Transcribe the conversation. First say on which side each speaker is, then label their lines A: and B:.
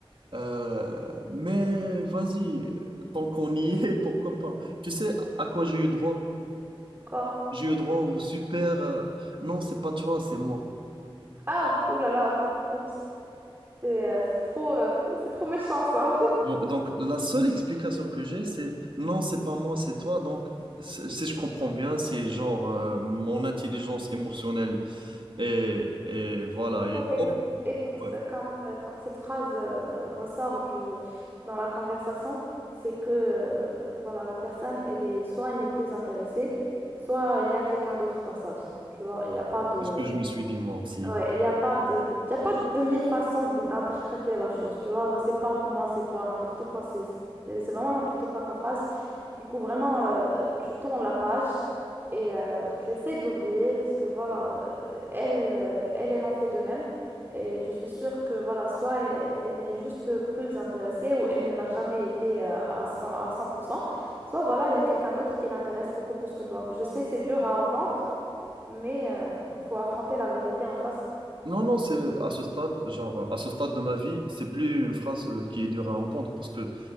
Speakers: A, on the right (about 60°); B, on the right (about 20°).
A: euh, mais vas-y, euh, tant qu'on y <laughs> est, pourquoi pas? Tu sais à quoi j'ai eu droit?
B: D'accord?
A: J'ai eu droit au super, euh, non, c'est pas toi, c'est moi.
B: Ah, oulala, oups, c'est euh, c'est trop, euh, c'est trop méchant, ça.
A: Donc, donc, la seule explication que j'ai, c'est non, c'est pas moi, c'est toi. Donc, c'est- si je comprends bien, c'est genre euh, mon intelligence émotionnelle et, et voilà.
B: Écoute,
A: Et
B: écoute,
A: hop,
B: écoute,
A: ouais,
B: euh, quand, euh, quand cette phrase euh, ressort du, dans la conversation, c'est que euh, voilà, la personne, elle est, soit elle n'est plus intéressée, soit il y a quelqu'un d'autre dans sa vie. Tu vois, il n'y a pas de...
A: c'est ce que je me suis dit moi aussi.
B: Ouais, il n'y a pas de, il y a pas de mille façons de- d'interpréter la chose, tu vois. C'est pas moi, c'est toi, n'importe quoi. C'est c'est- c'est- c'est vraiment n'importe quoi comme phrase. Du coup, vraiment, euh, tu tournes la page et euh, tu essaies de l'oublier parce que voilà, euh, elle, euh, elle, elle en fait de même. Et je suis sûre que voilà, soit elle, elle n'est juste plus intéressée ou elle ne l'a jamais été euh, à 100, à 100%, soit voilà, il y a quelqu'un d'autre qui l'intéresse beaucoup plus que toi. Je sais, c'est dur à entendre, mais il faut affronter la vérité en face.
A: Non, non, c'est à ce stade, genre à ce stade de ma vie, c'est plus une phrase qui est dure à entendre parce que